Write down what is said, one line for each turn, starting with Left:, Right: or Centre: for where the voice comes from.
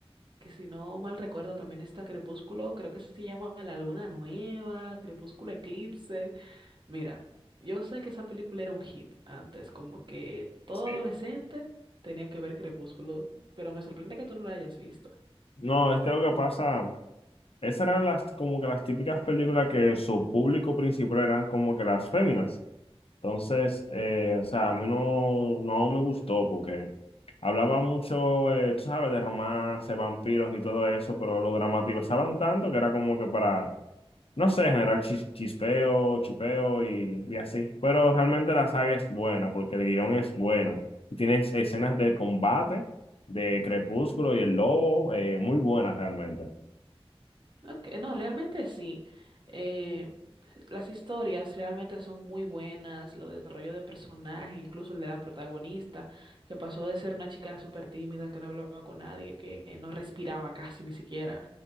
Right: que si no mal recuerdo también está Crepúsculo, creo que se llama La Luna Nueva, Crepúsculo Eclipse. Mira, yo sé que esa película era un hit antes, como que todo
Left: sí.
Right: adolescente tenía que ver Crepúsculo, pero me sorprende que tú no la hayas visto.
Left: No, es que lo que pasa. Esas eran las, como que las típicas películas que su público principal eran como que las féminas. Entonces, eh, o sea, a mí no, no me gustó porque hablaba mucho, eh, tú sabes, de romance, vampiros y todo eso, pero lo dramatizaban tanto que era como que para, no sé, generar chis- chispeo, chipeo y, y así. Pero realmente la saga es buena porque el guión es bueno. Y tienes escenas de combate, de Crepúsculo y el Lobo, eh, muy buenas realmente.
Right: Ok, No, realmente sí. Eh, las historias realmente son muy buenas, lo del desarrollo de personaje, incluso el de la protagonista, que pasó de ser una chica súper tímida, que no hablaba con nadie, que eh, no respiraba casi ni siquiera,